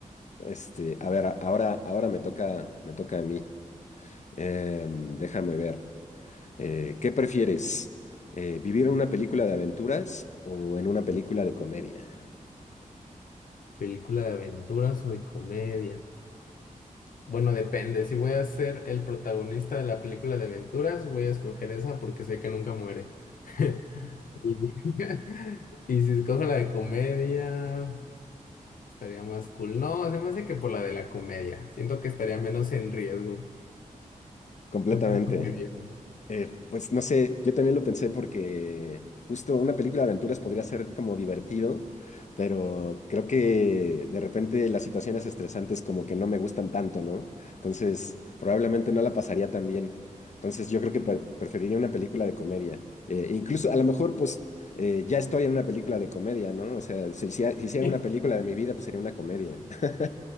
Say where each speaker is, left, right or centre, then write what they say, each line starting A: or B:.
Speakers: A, on the left; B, on the left.
A: este, a ver, a- ahora, ahora me toca, me toca a mí. Em, déjame ver. Eh, ¿qué prefieres? Eh, ¿vivir en una película de aventuras o en una película de comedia?
B: ¿Película de aventuras o de comedia? Bueno, depende. Si voy a ser el protagonista de la película de aventuras, voy a escoger esa porque sé que nunca muere. <laughs> Y, <laughs> y si escojo la de comedia, estaría más cool. No, se me hace que por la de la comedia. Siento que estaría menos en riesgo.
A: Completamente.
B: ¿Tú qué escogerías?
A: Eh, pues no sé, yo también lo pensé porque justo una película de aventuras podría ser como divertido, pero creo que de repente las situaciones estresantes como que no me gustan tanto, ¿no? Entonces, probablemente no la pasaría tan bien. Entonces, yo creo que pre- preferiría una película de comedia. Eh, incluso a lo mejor, pues, eh, ya estoy en una película de comedia, ¿no? O sea, si, hiciera si hiciera
B: <laughs>
A: una película de mi vida, pues sería una comedia. <laughs>